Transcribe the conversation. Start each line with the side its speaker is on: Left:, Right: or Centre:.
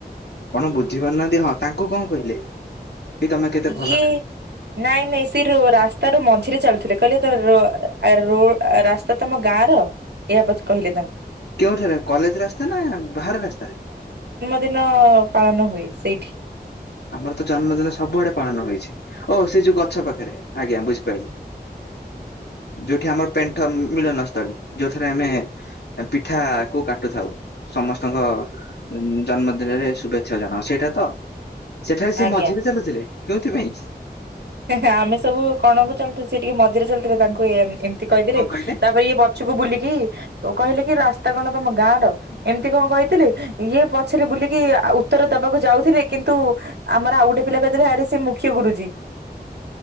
Left: କଣ ବୁଝି ପାରୁନାହାନ୍ତି ହଁ। ତାଙ୍କୁ କଣ କହିଲେ? କି ତମେ କେତେ ଭଲ
Right: ଇଏ ନାଇଁ ମିସ୍ ରୁ ରାସ୍ତାରୁ ମଝିରେ ଚାଲୁଥିଲେ। କହିଲେ ତ ରୋ ରୋଡ୍ ରାସ୍ତା ତମ ଗାଁ ର। ଏୟା ପଛ କହିଲେ ତାଙ୍କୁ।
Left: କେଉଁଠାରେ କଲେଜ ରାସ୍ତା ନା ବାହାର ରାସ୍ତା?
Right: ଦିନ ପାଳନ ହୁଏ ସେଇଠି।
Left: ଆମର ତ ଜନ୍ମଦିନ ସବୁଆଡେ ପାଳନ ହେଇଛି ଓ ସେ ଯୋଉ ଗଛ ପାଖରେ। ଆଜ୍ଞା ବୁଝିପାରିଲି। ଯୋଉଠି ଆମର ପେଣ୍ଠ ମିଳନ ସ୍ଥଳୀ। ଯୋଉଠରେ ଆମେ ପିଠା କୁ କାଟୁଥାଉ। ସମସ୍ତଙ୍କ ଜନ୍ମଦିନରେ ଶୁଭେଚ୍ଛା ଜଣାଉ ସେଇଟା ତ! ସେଠାରେ ସେ
Right: ଆଜ୍ଞା
Left: ମଝିରେ ଚାଲୁଥିଲେ। କେଉଁଥିପାଇଁ?
Right: ଆମେ ସବୁ କଣକୁ ଚାଲିଥିଲୁ ସେ ଟିକେ ମଝିରେ ଚାଲିଥିଲେ ତାଙ୍କୁ ଏ ଏମିତି କହିଦେଲେ
Left: କଣ କହିଲେ
Right: ତାପରେ ଇଏ ପଛକୁ ବୁଲିକି କହିଲେ କି ରା ଗୀତା କଣ ତମ ଗାଁ ର ଏମିତି କଣ କହିଥିଲି ଇଏ ପଛରେ ବୁଲିକି ଉତ୍ତର ଦବାକୁ ଯାଉଥିଲେ। କିନ୍ତୁ ଆମର ଆଉ ଗୋଟେ ପିଲା କହିଥିଲେ ଆରେ ସେ ମୁଖ୍ୟ ଗୁରୁଜୀ।